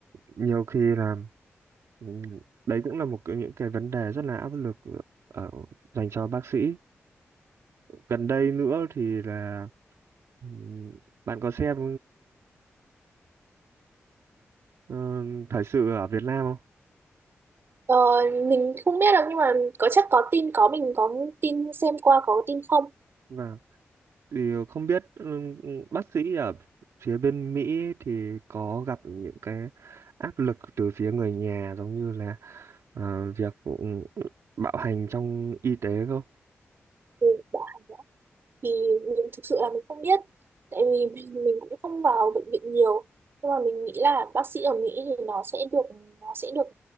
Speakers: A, on the right; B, on the right.
A: nhiều khi là ừ, đấy cũng là một cái, những cái vấn đề rất là áp lực ở dành cho bác sĩ. Gần đây nữa thì là Ừm, Bạn có xem ờ, thời sự ở Việt Nam không?
B: Ờ, mình không biết được nhưng mà có chắc có tin có mình có tin xem qua có tin không
A: Vâng. Thì không biết ừ, bác sĩ ở phía bên Mỹ thì có gặp những cái áp lực từ phía người nhà giống như là ờ, việc ừ, bạo hành trong y tế không?
B: ừ, bảo. hành. thì mình thực sự là mình không biết tại vì mình mình cũng không vào bệnh viện nhiều nhưng mà mình nghĩ là bác sĩ ở Mỹ thì nó sẽ được nó sẽ được